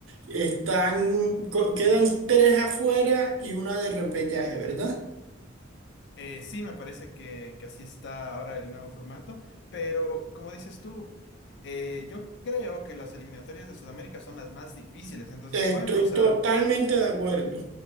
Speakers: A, on the right; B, on the left.
A: están, co- quedan tres afuera y una de repechaje, ¿verdad?
B: Eh, sí, me parece que, que así está ahora el nuevo formato, pero como dices tú, eh, yo creo que las eliminatorias de Sudamérica son las más difíciles, entonces
A: Estoy
B: bueno, o sea,
A: totalmente de acuerdo.